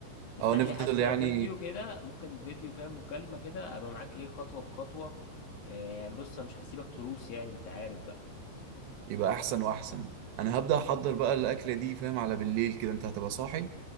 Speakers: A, on the left; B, on the right.
A: تفتح
B: اه نفضل
A: لي حتى
B: يعني
A: فيديو كده ممكن فيديو فاهم مكالمة كده ابقى معاك ايه خطوة بخطوة آه، يعني بص انا مش هسيبك تروس يعني انت عارف بقى
B: يبقى احسن واحسن انا هبدأ احضر بقى الاكلة دي فاهم على بالليل كده انت هتبقى صاحي